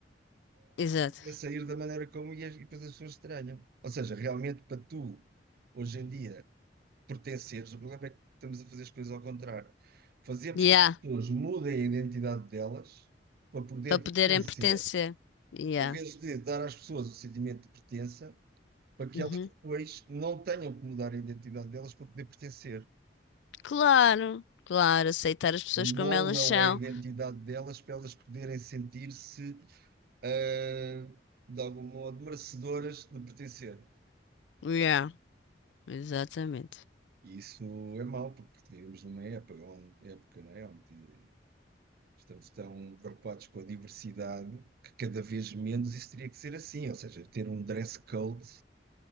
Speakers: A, on the left; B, on the right.
A: exato.
B: a sair da maneira como ia, e depois as pessoas estranham. Ou seja, realmente para tu, hoje em dia pertenceres. O problema é que estamos a fazer as coisas ao contrário. Fazemos
A: Yeah.
B: com que as pessoas mudem a identidade delas para poder
A: para poderem
B: pertencer,
A: pertencer. Yeah.
B: em vez de dar às pessoas o sentimento de pertença, para que
A: Uhum.
B: elas depois não tenham que mudar a identidade delas para poder pertencer.
A: Claro, claro, aceitar as pessoas
B: Moldam
A: como elas são.
B: a identidade delas para elas poderem sentir-se, ah, de algum modo, merecedoras de pertencer.
A: Yeah, exatamente.
B: E isso é mau, porque vivemos numa época, é um, época, não é? Onde Estão, estão preocupados com a diversidade, que cada vez menos isso teria que ser assim. Ou seja, ter um dress code